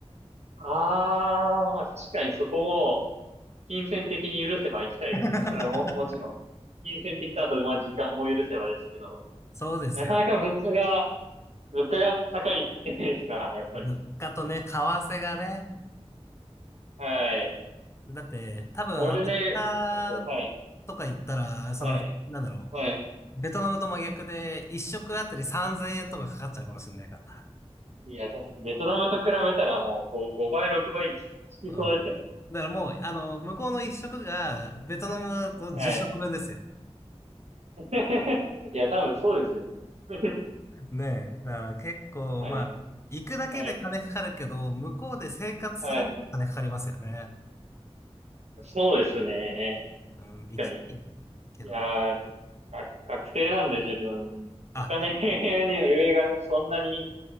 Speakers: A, on the right (about 80°); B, on the left (about 25°).
A: あー、まあ確かにそこも、金銭的に許せば行きたいですね。
B: <laughs>
A: それも、もちろん。金銭的とあと、まあ時間も許せばですけど。
B: そうですよね。
A: なかなか物価が、物価が高いじゃないですか、<laughs> やっぱり。
B: 物価とね、為替がね、
A: はい。
B: だって、多分アメリカ
A: それで、ちょっと、はい、
B: とか行ったら、その、
A: はい、
B: なんだろ
A: はい。
B: う、ベトナムと真逆で、一食あたり3000円とかかかっちゃうかもしれないから。
A: いや、確かにベトナムと比べたらもう5、倍、6倍しそうですよね。
B: うん。だからもう、あの、向こうの一食が、ベトナムの10食分ですよ。
A: はい。<laughs> いや、多分そうですよね。<laughs>
B: ねえ。だから結構、
A: はい、
B: まあ、行くだけで金かかるけど、
A: はい、
B: 向こうで生活するのに金かかりますよね。
A: はい。そうですね。
B: うん、行きたい
A: 確かに。
B: けど。
A: いやー、学、学生なんで自分、お金
B: あ、
A: <laughs> には余裕がそんなに